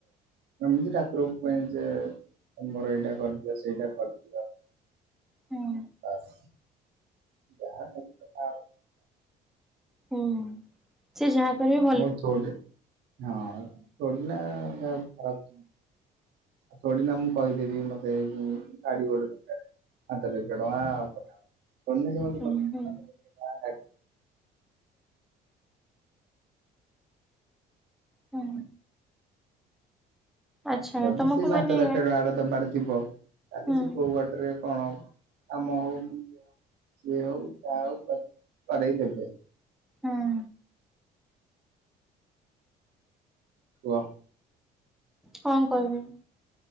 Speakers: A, on the right (about 75°); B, in the centre.
A: ଏମିତି ଠାକୁର କହେ ଯେ ତମର ଏଇଟା କରିଦିଅ ସେଇଟା କରିଦି
B: ହୁଁ
A: ବାସ୍। ଯାହା ମାଗିବ ତାହା
B: ହୁଁ। ସେ ଯାହା କରିବ
A: <unintelligible> ଥୋଡ଼ି ନା ମୁଁ କହିଦେବି ମୋର ଗାଡ଼ି ଗୋଟେ ଦରକାର? ପାଞ୍ଚ ଲକ୍ଷ ଟଙ୍କା <unintelligible>
B: ହୁଁ ହୁଁ
A: ଲକ୍ଷ ଟଙ୍କା ଗାଡି
B: ହୁଁ। ଆଚ୍ଛା
A: ଯଦି
B: ତମକୁ
A: ସେ ପାଞ୍ଚ
B: ମାନେ
A: ଲକ୍ଷ ଟଙ୍କା ଦବାରଥିବ ତାହେଲେ
B: ହୁଁ
A: ସେ କୋଉ ବାଟରେ କଣ ହଉ କାମ ହଉ ସେ ହଉ ଯାହା ହଉ କରେଇ ଦେବେ।
B: ହୁଁ
A: କୁହ?
B: କ କହିବି?